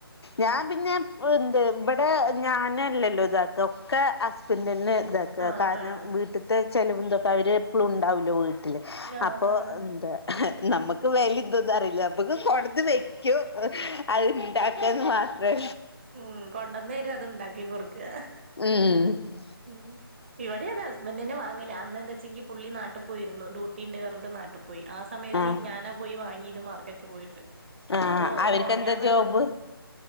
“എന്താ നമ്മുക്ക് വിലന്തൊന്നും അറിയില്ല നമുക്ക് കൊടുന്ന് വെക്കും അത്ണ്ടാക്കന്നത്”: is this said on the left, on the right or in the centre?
Left